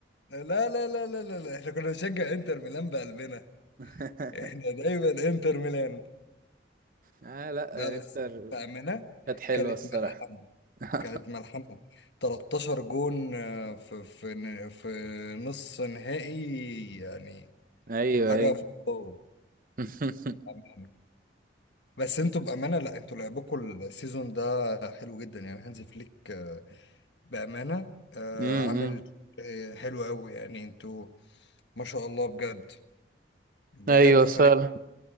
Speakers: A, on the left (about 75°); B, on the right (about 50°).
A: لا لا لا لا لا لا احنا كنا بنشجع انتر ميلان بقلبنا
B: <laughs>
A: احنا دايما انتر ميلان
B: آه لا
A: ده
B: انتر
A: بس بأمانة
B: كانت حلوة
A: كانت
B: الصراحة
A: ملحمة
B: <laughs>
A: كانت ملحمة 13 جون آه، في في ن- في نص نهائي يعني
B: ايوه
A: حاجة
B: ايوه
A: فوق الواو،
B: <laughs>
A: بأمانة بس انتوا بأمانة لا انتوا لعبكم السيزون ده حلو جدا يعني هانزي فليك آه، بأمانة آه
B: امم
A: عامل آه حلو قوي يعني انتوا ما شاء الله بجد بجد
B: ايوه
A: فريق
B: فعلا